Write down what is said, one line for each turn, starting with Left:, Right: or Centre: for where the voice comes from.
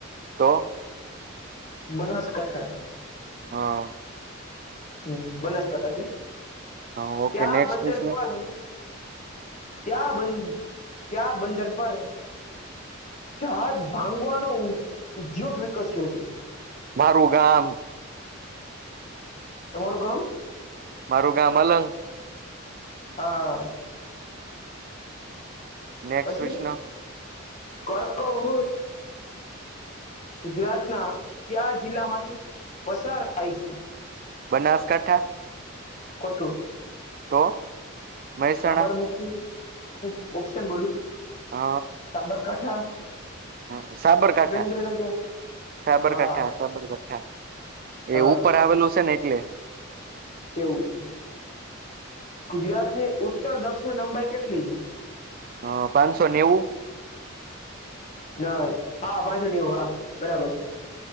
Right: તો
Left: બનાસકાંઠા.
Right: હા.
Left: હમ બનાસકાંઠાથી
Right: હા ઓકે
Left: ત્યાં
Right: નેક્સ્ટ
Left: બંદર
Right: પ્રશ્ન
Left: પર ક્યા બ ક્યા બંદર પર જાજ ભાંગવાનો ઉદ્યોગ વિકસ્યો છે?
Right: મારું ગામ.
Left: તમારું ગામ?
Right: મારું ગામ અલંગ.
Left: હા.
Right: નેક્સ્ટ
Left: પછી
Right: પ્રશ્ન
Left: કર્કભૂત ગુજરાત ના કયા જિલ્લા માંથી પસાર થાય છે?
Right: બનાસકાંઠા?
Left: કોટું
Right: તો મહેસાણા
Left: સાબરમતી હું ઓપ્શન બોલું
Right: અ
Left: સાબરકાંઠા
Right: હ સાબરકાંઠા
Left: સુરેન્દ્રનગર
Right: સાબરકાંઠા
Left: હા
Right: બરઠા એ
Left: હા
Right: ઉપર આવેલું છે ને એટલે
Left: એવું છે ગુજરાતની ઉત્તર દક્ષિણ લંબાઈ કેટલી છે?
Right: હ પાંચસો નેવું.
Left: ના હા પાંસો નેવું હા બરાબર છે.